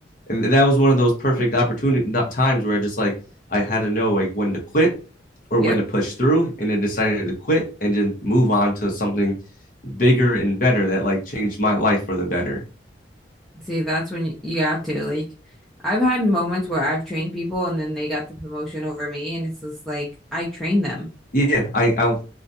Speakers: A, on the left; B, in the centre.
A: and that was one of those perfect opportunity not times where I just like I had to know like when to quit or
B: Yep.
A: when to push through, and I decided to quit and just move on to something bigger and better that like changed my life for the better.
B: See, that's when you, you got to like I've had moments where I've trained people and then they got the promotion over me and it's just like I trained them.
A: Yeah, I I,